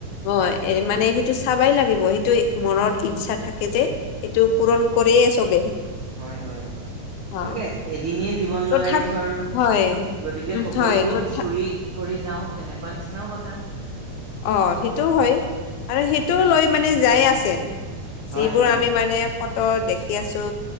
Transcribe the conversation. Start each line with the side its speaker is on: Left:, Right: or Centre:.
Left: হ'য়। এ মানে সেইটো চাবাই লাগিব, সেইটো মনৰ ইচ্ছা থাকে যে। সেইটো পূৰণ কৰিয়ে চবে।
Right: হয় হয়,
Left: অ
Right: গতিকে এদিনিয়া জীৱন
Left: তথাপ
Right: লৈ আহিছো আৰু,
Left: হয়
Right: গতিকে
Left: উম
Right: সকলোবোৰ
Left: হয় তথা
Right: ফুৰি কৰি যাওঁ তেনেকুৱা নিচিনাও কথা।
Left: অ' সেইটো হয়, আৰু সেইটোও লৈ মানে যাই আছে।
Right: হয়
Left: যিবোৰ
Right: হয়
Left: আমি মানে ফটো দেখি আছো